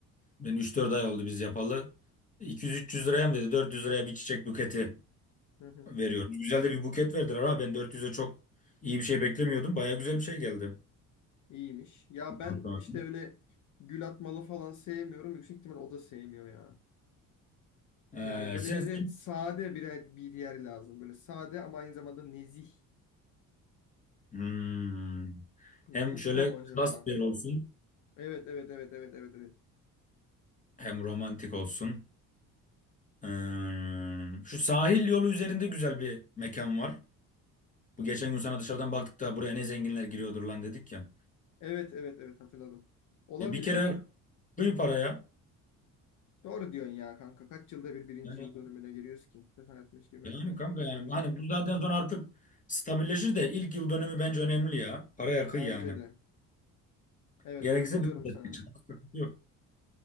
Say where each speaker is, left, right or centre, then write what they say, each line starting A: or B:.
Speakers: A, on the left; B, on the left.
A: ben üç dört ay oldu biz yapalı. iki yüz üç yüz liraya mı dedi 400 liraya bir çiçek buketi
B: Hı hı.
A: veriyoruz. Güzel de bir buket verdiler ama ben dört yüz'e çok iyi bir şey beklemiyordum. Baya güzel bir şey geldi.
B: İyiymiş. Ya
A: <laughs>
B: ben
A: Hatta.
B: işte öyle gül atmalı falan sevmiyorum. Yüksek ihtimal o da sevmiyor ya.
A: Ee,
B: Yani böyle
A: sen,
B: bize
A: sen-
B: sade bir, bir yer lazım. Böyle sade ama aynı zamanda nezih.
A: Hmm. Hem
B: Nabucco
A: şöyle
B: mu acaba?
A: klas bir yer olsun
B: Evet, evet, evet, evet, evet, evet.
A: hem romantik olsun. Hmm. Şu sahil yolu üzerinde güzel bir mekan var. Bu geçen gün sana dışarıdan baktık da buraya ne zenginler giriyordur lan dedik ya.
B: Evet, evet, evet hatırladım. Olabilir.
A: E bir kere kıy paraya.
B: Doğru diyorsun ya kanka. Kaç yılda bir birinci
A: Yani,
B: yıl dönümüne giriyoruz ki? Bir defa yapmış girmedim
A: yani
B: de
A: kanka
B: ilk defa
A: yani
B: giriyorum
A: hani
B: ya.
A: bu zaten sonra artık stabilleşir de ilk yıl dönemi bence önemli ya. Paraya kıy
B: Bence
A: yani.
B: de. Evet
A: Gerekirse
B: katılıyorum
A: bir de
B: sana.
A: seçin. Sıkıntı yok.